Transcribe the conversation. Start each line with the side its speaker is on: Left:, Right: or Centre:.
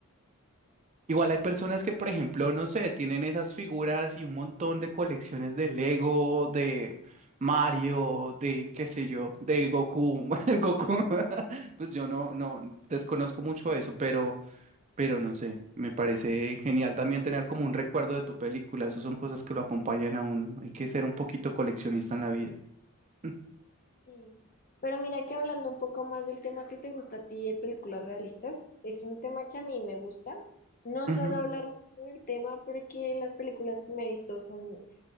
Right: Igual hay personas que, por ejemplo, no sé, tienen esas figuras y un montón de colecciones de Lego, de Mario, de qué sé yo, de Goku. <laughs> El Goku, <laughs> pues yo no, no desconozco mucho eso, pero, pero no sé, me parece genial también tener como un recuerdo de tu película. Esas son cosas que lo acompañan a uno. Hay que ser un poquito coleccionista en la vida. <laughs>
Left: Sí. Pero mira que hablando un poco más del tema que te gusta a ti de películas realistas, es un tema que a mí me gusta. No
Right: Ujú,
Left: suelo hablar mucho del tema porque las películas que me he visto son,